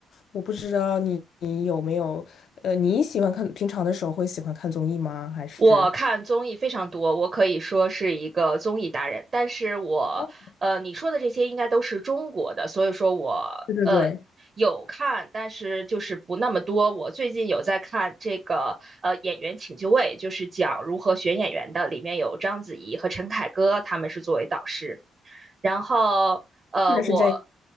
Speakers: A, on the left; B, on the right.
A: 我不知道你你有没有呃，你喜欢看平常的时候会喜欢看综艺吗？还是
B: 我看综艺非常多，我可以说是一个综艺达人。但是我呃，
A: 哦，
B: 你说的这些应该都是中国的，所以说我呃有看，
A: 对对对，
B: 但是就是不那么多。我最近有在看这个呃《演员请就位》，就是讲如何选演员的，里面有章子怡和陈凯歌，他们是作为导师。然后呃，
A: 看的是这个
B: 我